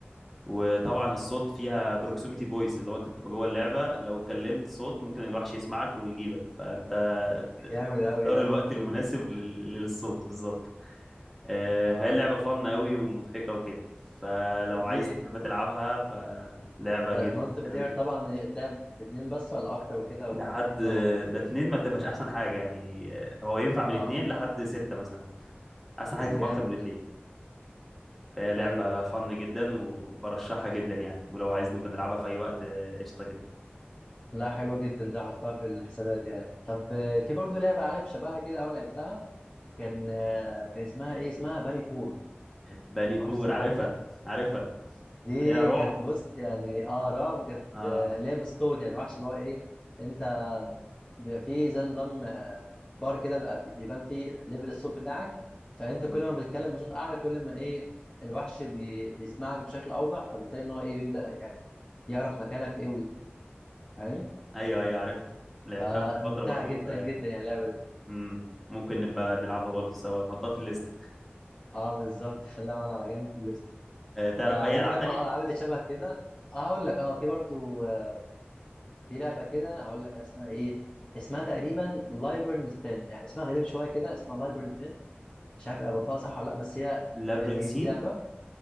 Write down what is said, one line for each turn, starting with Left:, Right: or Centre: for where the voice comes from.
Centre: وطبعا الصوت فيها بروكسيميتي فويس اللي هو انت بتبقى جوه اللعبة لو كلمت صوت ممكن الوحش يسمعك ويجيبك فانت ت-
Left: جامد
Centre: تختار
Left: قوي ده
Centre: الوقت
Left: مم.
Centre: المناسب لل- للصوت بالظبط آه،
Left: اه آه.
Centre: فهي اللعبة فن قوي ومضحكة وكده فلو
Left: دي
Centre: عايز تبقى تلعبها فلعبة
Left: آه
Centre: جد
Left: مالتي بلاير
Centre: حلوة جدا
Left: طبعا إيه، تلعب باتنين بس ولا اكتر وكده
Centre: لحد
Left: ولا إيه نظامها
Centre: ده اتنين ما تبقاش احسن حاجة يعني آه، هو ينفع من
Left: اه
Centre: اتنين لحد ستة مثلا احسن حاجة
Left: طب
Centre: تبقى
Left: جامد
Centre: اكتر من اتنين
Left: ده
Centre: فهي لعبة
Left: ايوه أيوة.
Centre: فن جدا وبرشحها جدا يعني ولو عايز نبقى نلعبها في أي وقت آه، قشطة جدا
Left: لا حلوه جدا دي احطها في الحسابات يعني طب آه، في برضو لعبه عارف شبهها كده اول لعبتها كان آه، كان اسمها ايه اسمها باني كور يعني
Centre: باني كور
Left: ما اعرفش سمعت
Centre: عارفها
Left: عنها ولا لا
Centre: عارفها
Left: دي
Centre: اللي هي رعب
Left: كانت بص يعني اه رعب كانت
Centre: اه
Left: آه، اللي هي بالصوت يعني وحش اللي هو ايه انت بيبقى فيه زي نظام آه، بار كده بيبقى فيه بيبان فيه ليفل الصوت بتاعك فانت
Centre: مم.
Left: كل ما بتتكلم بصوت اعلى كل ما ايه الوحش بي... بيسمعك بشكل اوضح فبالتالي ان هو ايه بيبدأ يعني يعرف مكانك ايه ويجي فاهم
Centre: أيوه أيوه عارف لعبتها
Left: فممتعة
Centre: من فترة برضو
Left: جدا
Centre: ف...
Left: جدا يعني اللعبة دي
Centre: مم. ممكن نبقى نلعبها برضو سوا نحطها في الليست
Left: اه بالظبط <laughs> خليها معانا على جنب في الليست
Centre: آه تعرف
Left: فعايزين
Centre: أي ألعاب
Left: نجمع
Centre: تانية؟
Left: اه الالعاب اللي شبه كده اه هقول لك اه في برضو آه، في لعبه كده هقول لك اسمها ايه اسمها تقريبا لايبرن ثين يعني اسمها غريب شويه كده اسمها لايبرن ثين مش عارف قبلتها صح ولا لا بس هي
Centre: لابرنسين
Left: يعني هي دي اللعبه